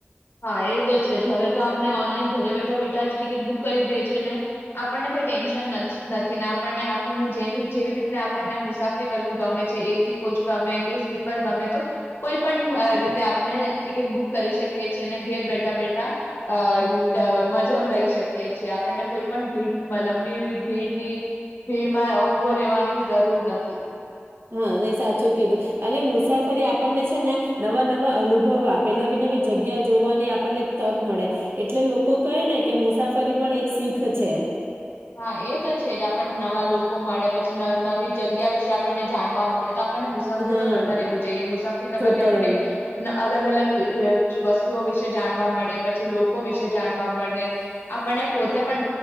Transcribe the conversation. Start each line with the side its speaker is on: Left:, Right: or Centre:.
Left: હા એ તો છે જ હવે તો આપણે ઓનલાઈન ઘરે બેઠા બેઠા જ ટિકિટ બુક કરી દેએ છ છેીએ ને આપણને કોઈ ટેન્શન નથીને આપને આપણને જેવી જેવી રીતને આપણને મુસાફરી કરવું ગમે છે એસી કોચ ગમે કે સ્લીપર ગમે તો કોઈ પણ રીતે આપણે ટિકિટ બુક કરી શકી કે છે ને ઘેર બેઠા બેઠા અ
Right: હમ
Left: મજો લઈ શકે. આપણને કોઈ પણ ભીડ લંબી ભીડ ની, ભીડ માં ઉવો રહેેવાની જરૂર નથી.
Right: હા એ સાચું કીધું, અને મુસાફરી આપણને છે ને, નવા નવા અનુભવ આપે નવી નવી જગ્યા જોવાની આપણને તક મળે, એટલે લોકો કહે ને કે મુસાફરી પણ એક શીખ છે.
Left: હા એ તો છે જ આપણને નવા લોકો મળે. પછી નવી જગ્યા વિશે આપણને જાણવા મળે. તો આપણને મુસાફરી
Right: હા
Left: તો કરતા રહેવું જોઈએ મુસાફરી કરવાથી
Right: કરતા
Left: આપણને,
Right: રહેવું
Left: અલગ અલગ વસ્તુઓ વિશે જાણવા મળે પછી લોકો વિશે જાણવા મળે, આપણને પોતે પણ